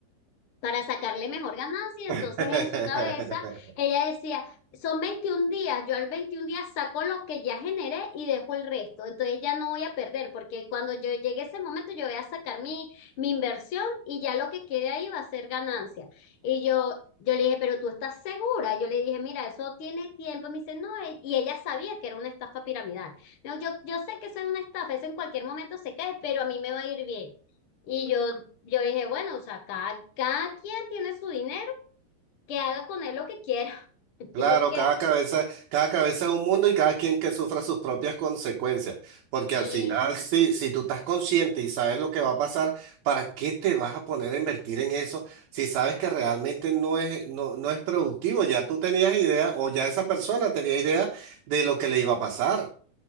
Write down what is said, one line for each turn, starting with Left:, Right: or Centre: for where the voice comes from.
Left: para sacarle mejor ganancia. Entonces,
Right: <laughs>
Left: en su cabeza, ella decía, son 21 días, yo al 21 días saco lo que ya generé y dejo el resto. Entonces, ya no voy a perder, porque cuando yo llegue ese momento, yo voy a sacar mi, mi inversión y ya lo que quede ahí va a ser ganancia. Y yo, yo le dije, pero tú estás segura. Yo le dije, mira, eso tiene tiempo. me dice, no, e- y ella sabía que era una estafa piramidal. Me yo, yo sé que eso es una estafa, eso en cualquier momento se cae, pero a mí me va a ir bien. Y yo, yo dije, bueno, o sea, cada, cada quien tiene su dinero, que haga con él lo que quiera. <laughs> Yo
Right: Claro,
Left: dije,
Right: cada cabeza, cada cabeza es un mundo y cada quien que sufra sus propias consecuencias. Porque
Left: sí,
Right: al final, si, si tú estás consciente y sabes lo que va a pasar, ¿para qué te vas a poner a invertir en eso si sabes que realmente no es, no, no es productivo? Ya tú tenías idea, o ya esa persona tenía idea de lo que le iba a pasar.